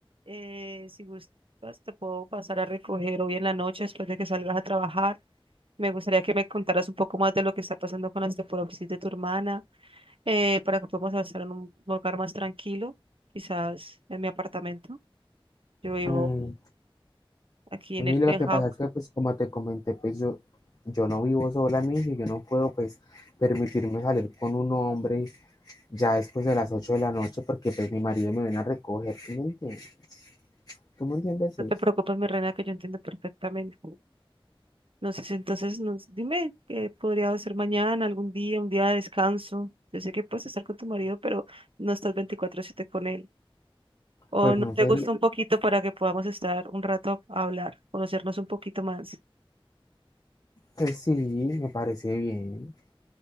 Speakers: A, on the right; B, on the left.
A: eh, si gustas, te puedo pasar a recoger hoy en la noche después de que salgas a trabajar. Me gustaría que me contaras un poco más de lo que está pasando con la osteoporosis de tu hermana, eh, para que podamos estar en un lugar más tranquilo, quizás en mi apartamento. Yo vivo
B: Mm,
A: aquí
B: Emilio,
A: en el penthouse.
B: lo que pasa es que, pues, como te comenté, pues yo, yo no vivo sola, Emilio, y yo no puedo, pues, permitirme salir con un hombre ya después de las 8 de la noche porque, pues, mi marido me viene a recoger. ¿Tú me entiendes? ¿Tú me entiendes
A: No
B: eso?
A: te preocupes, mi reina, que yo entiendo perfectamente. No sé, si entonces nos, dime qué podría ser mañana, algún día, un día de descanso. Yo sé que puedes estar con tu marido, pero no estás 24/7 con él.
B: Pues,
A: O
B: no
A: no
B: sé,
A: te gusta un poquito para que podamos estar un rato a hablar, conocernos un poquito más.
B: pues sí, me parece bien.